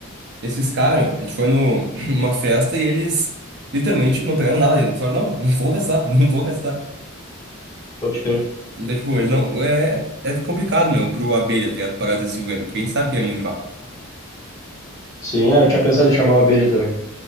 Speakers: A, on the right; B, on the left.
A: esses caras, meu, a gente foi no, <clears throat> numa festa e eles literalmente não pegaram nada ainda. Eles falaram, não, não vou gastar, <laughs> não vou gastar.
B: Pode crer.
A: Então, tipo, eles não. É, é complicado, meu, pro abelha, tá ligado? Pagar 250, porque a gente sabe que ele é mão de vaca.
B: Sim, ah, eu tinha pensado em chamar o Abelha também.